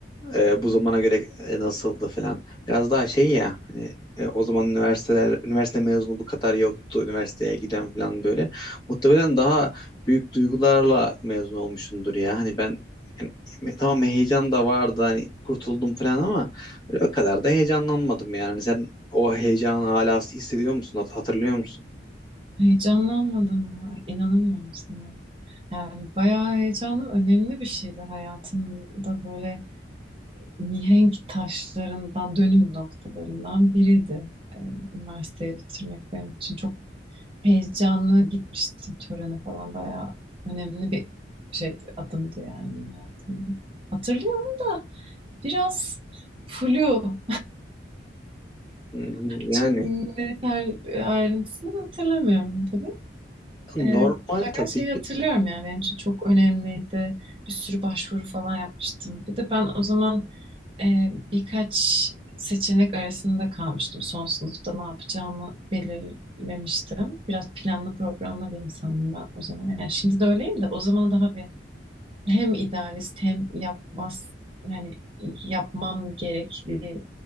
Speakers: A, on the left (about 25°); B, on the right (about 30°).
A: e, bu zamana göre e, nasıldı falan. Biraz daha şey ya hani e, o zaman üniversiteler üniversite mezunu bu kadar yoktu. Üniversiteye giden falan böyle. Muhtemelen daha büyük duygularla mezun olmuşsundur ya. Hani ben yani, me- tamam heyecan da vardı hani kurtuldum falan ama öyle o kadar da heyecanlanmadım yani. Hani sen o heyecanı hala hissediyor musun? Hat- Hatırlıyor musun?
B: Heyecanlanmadın mı? İnanamıyorum sana. Yani bayağı heyecanlı, önemli bir şeydi hayatımda böyle mihenk taşlarından, dönüm noktalarından biriydi. Ee, üniversiteyi bitirmek benim için çok heyecanlı gitmiştim törene falan. Bayağı önemli bir şeydi, adımdı yani hayatımda. Hatırlıyorum da biraz flu
A: Hı hı. Yani
B: Çok net her ayrıntısını hatırlamıyorum tabii.
A: normal
B: Ee, fakat
A: tabii
B: şeyi
A: ki
B: hatırlıyorum
A: de.
B: yani benim için çok önemliydi. Bir sürü başvuru falan yapmıştım. Bir de ben o zaman e, birkaç seçenek arasında kalmıştım. Son sınıfta ne yapacağımı belirlemiştim. Biraz planlı programlı bir insanım ben o zaman. Yani şimdi de öyleyim de o zaman daha bir hem idealist hem yapmaz yani yapmam gerekli